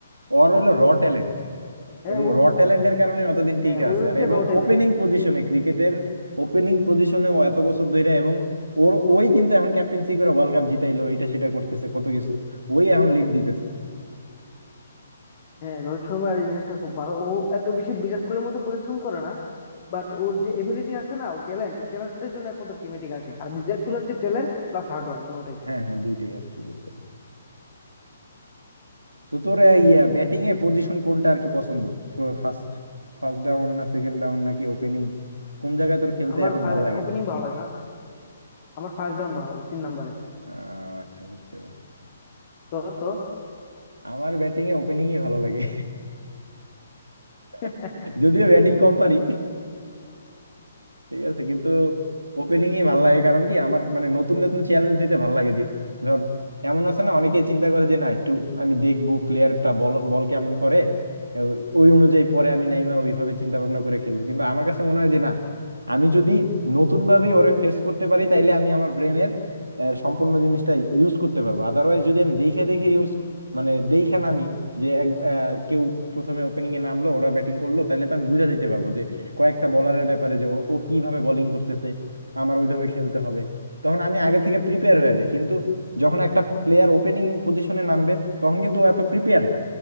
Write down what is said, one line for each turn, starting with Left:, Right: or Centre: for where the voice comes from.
Right: ওর হলো র ট্যালেন্ট
Left: হ্যাঁ
Right: এবং
Left: ও
Right: র ট্যালেন্টের কারণে অতদিন টিকে
Left: হ্যাঁ ওদের
Right: আছে
Left: হচ্ছে
Right: আর এবং
Left: র ট্যালেন্ট
Right: ওপেনিং পজিশনে ক্রিকেটের ওপেনিং পজিশনে ও এত বছর ধরে এবং ওর ওই কিন্তু এখন ক্যাপ্টেন্সি করে ওয়ার্ল্ড কাপ জিতাইলো এটা সেটা করতেছে কত কিছু ওই এখন লিড দিতেছে
Left: হ্যাঁ রোহিত শর্মার এই জিনিসটা খুব ভালো ও এত বেশি বিরাট কোহলির মতো পরিশ্রম করে না বাট ওর যে এবিলিটি আছে না ও ট্যালেন্ট ও ট্যালেন্টের জন্য একমাত্র টিমে ঠিক আছে আর বিরাট কোহলি হচ্ছে ট্যালেন্ট প্লাস হার্ড ওয়ার্ক দুটোই
Right: হ্যাঁ হ্যাঁ দুইটাই আর কি বলতে পারি। তো তোর এই, ইয়া ব্যাটিং এ পজিশন কোনটা আর কি পছন্দ ফার্স্ট ফার্স্ট ডাউন না সেকেন্ড ডাউন নাকি ওপেনিং কোন জায়গায় তোর খেলতে
Left: আমার
Right: এখন ভাল লাগে
Left: ওপেনিং ভালো লাগে না আমার ফার্স্ট ডাউন ভালো লাগে তিন নম্বরে
Right: আহ, আচ্ছা বুঝতে পারছি
Left: তোর তোর
Right: আমার ব্যাটিং এ ওপেনিংই ভালো লাগে
Left: <laughs>
Right: <laughs> যদিও ব্যাটিং কম পারি ঠিক আছে কিন্তু ওপেনিং ই ভালো লাগে কারণ কি আমার মানে নতুন নতুন চ্যালেঞ্জ নিতে ভালো লাগে যে ধর এমন আছে না অনেকে চিন্তা করে যে না একটু আমি দেখবো প্লেয়ারটা বল বল কেমন করে ও- ওই অনুযায়ী পরে আমি নাইমা ওইভাবে চিন্তা ভাবনা করে খেলবো কিন্তু আমার কাছে মনে হয় যে না আমি যদি নতুন ভাবে ওরে ফেস করতে পারি তাইলে আমি আমার ব্রেনের সম্পূর্ণ জিনিসটা ইউজ করতে পারবো আদারওয়াইজ যদি আমি দেখে দেখে ইউজ মানে দেখে নামি যে এক আহ, কেউ প্রথমে ওপেনিং এ নামলো ওরা ব্যাটিং করলো তাহলে তো আমি বুঝা যেতে পারবো কয়েকটা বলারের ব্যাপারে যে ওর ও কিভাবে বোলিং করতেছে আমার ওইভাবে খেলতে হবে তখন আমি আগে থেকে প্রিপেয়ার হয়ে যাই কিন্তু যখন একটা প্লেয়ার ওপেনিং পজিশনে নামবে তখন কিন্তু ও এত প্রিপেয়ার না